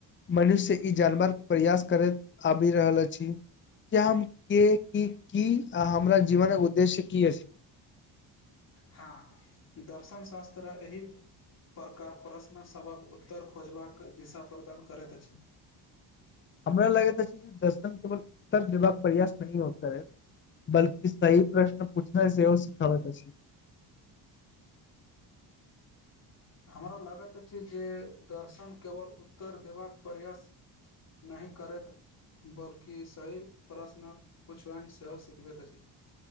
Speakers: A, on the left; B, on the left.
A: मनुष्य ई जानबाक प्रयास करैत आब ि रहल अछि कि हम के की की हमरा जीवन उद्देश्य की अछि
B: हा दर्शन शास्त्र एहिक प्रकार प्रश्नसभक उत्तर खोजबाक दिशा प्रदान करैत अछि
A: हमरा लागैत छै दर्शन केवल उत्तर देबाक प्रयास नही होत रहै बल्कि सही प्रश्न पूछनै सेहो सिखाबैत अछि
B: हमरा लागैत अछि जे दर्शन केवल उत्तर देबाक प्रयास नहि करैत बल्कि सही प्रश्न पुछबैमे सेहो सिखबैत अछि